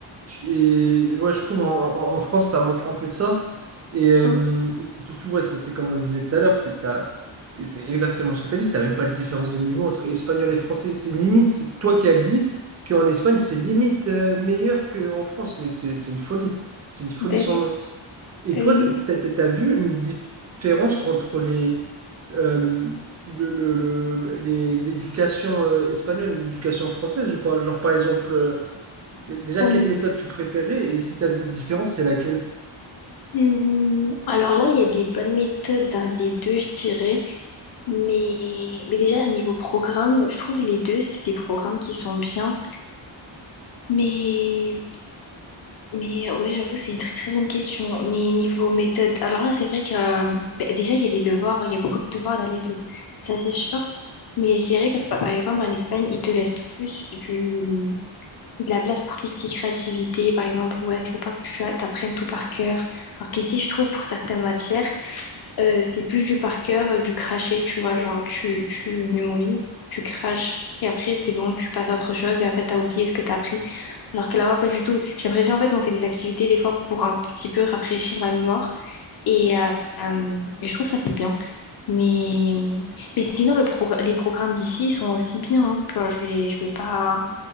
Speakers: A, on the right; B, on the left.
A: Je- Et, ouais, je trouve en, en- en France, ça manque un peu de ça. Et, euh,
B: oh,
A: et surtout, ouais, c'est c'est comme on le disait tout à l'heure, c'est que t'as, et c'est exactement ce que tu as dit, tu même pas de différence de niveau entre espagnol et français. C'est limite, c'est toi qui as dit qu'en Espagne, c'est limite euh, meilleur qu'en France, mais c'est c'est une folie. C'est une folie
B: ben
A: sans
B: oui,
A: nom. Et
B: ben
A: toi,
B: oui,
A: tu as, vu une dif- différence entre les, euh, le- le- le- le- les- l'éducation euh, espagnole et l'éducation française ou pas? Genre, par exemple. euh, Déjà,
B: on
A: quelle méthode
B: y-
A: tu préférais et si tu as vu une différence, c'est laquelle?
B: Hmm, Alors là, il y a des bonnes méthodes dans les deux, je dirais. Mais, mais déjà, niveau programme, je trouve les deux, c'est des programmes qui sont bien. Mais Mais euh, ouais, j'avoue, c'est une très très bonne question. Mais niveau méthode, alors là, c'est vrai que euh, bah, déjà, il y a des devoirs, il y a beaucoup de devoirs dans les deux. Ça, c'est sûr. Mais je dirais que par par exemple, en Espagne, ils te laissent plus du, de la place pour tout ce qui est créativité. Par exemple, ouais, faut pas que tu a- t'apprennes tout par cœur. Alors qu'ici, je trouve pour certaines matières, euh, c'est plus du par cœur, euh, du cracher tu vois, genre tu, tu mémorises, tu craches, et après c'est bon, tu passes à autre chose, et en fait t'as oublié ce que t'as appris. Alors que là-bas, pas du tout. J'ai l'impression, en fait, on fait des activités des fois pour un petit peu rafraîchir la mémoire, et, euh, euh, et je trouve ça c'est bien. Mais, mais sinon, le progr- les programmes d'ici ils sont aussi bien, hein. Genre, je vais, je vais pas,